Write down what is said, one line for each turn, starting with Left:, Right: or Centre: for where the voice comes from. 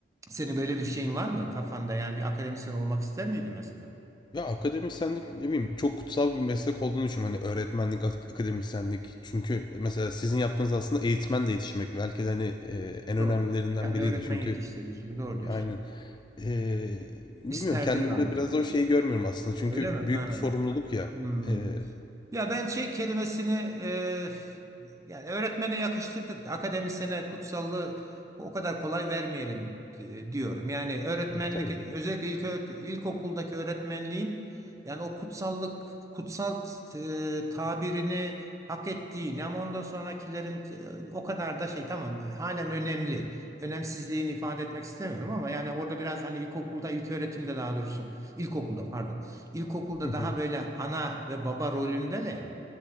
Right: Senin böyle bir şeyin var mı kafanda? Yani bir akademisyen olmak ister miydin mesela?
Left: Ya akademisyenlik ne bileyim çok kutsal bir meslek olduğunu düşünüyorum. Hani öğretmenlik, ak- akademisyenlik. Çünkü mesela sizin yaptığınız aslında eğitmenle yetişmek. Belki de hani eee, en
Right: Doğru.
Left: önemlilerinden
Right: Yani
Left: biriydi.
Right: öğretmen
Left: Çünkü
Right: yetiştiriciliği doğru diyorsun.
Left: aynen. Eee, bilmiyorum
Right: İsterdin
Left: kendimde
Right: galiba.
Left: biraz da o şeyi görmüyorum aslında. Çünkü
Right: Öyle mi? Ha.
Left: büyük bir sorumluluk ya.
Right: Hmm.
Left: Eee
Right: Ya ben şey kelimesini e, yani öğretmene yakıştırdık da akademisyene kutsallığı o kadar kolay vermeyelim di- diyorum. Yani öğretmenlik
Left: tabii.
Right: evet, özellikle ilk öğret- ilkokuldaki öğretmenliğin yani o kutsallık kutsal e, tabirini hak ettiğini ama ondan sonrakilerin e, o kadar da şey tamam e, halen önemli. Önemsizliğini ifade etmek istemiyorum ama yani orada biraz hani ilkokulda ilk öğretimde daha doğrusu ilkokulda pardon. İlkokulda
Left: Hı hı.
Right: daha böyle ana ve baba rolünde ne yani?